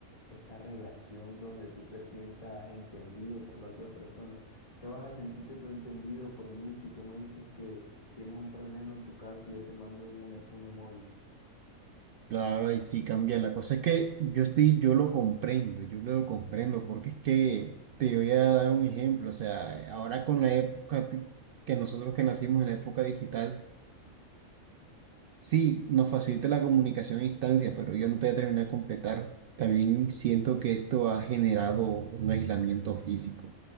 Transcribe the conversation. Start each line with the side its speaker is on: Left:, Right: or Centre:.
Left: esa relación donde tú te sientas entendido por la otra persona. ¿Qué vas a sentirte tú entendido por mí si tú me dices que tienes un problema en tu casa y yo te mando un, e- un emoji?
Right: Claro, ahí sí cambia. La cosa es que yo estoy, yo lo comprendo, yo lo comprendo, porque es que te voy a dar un ejemplo. O sea, ahora con la época ti- que nosotros que nacimos en la época digital, sí, nos facilita la comunicación a distancia, pero yo no te voy a terminar de completar. También siento que esto ha generado un aislamiento físico.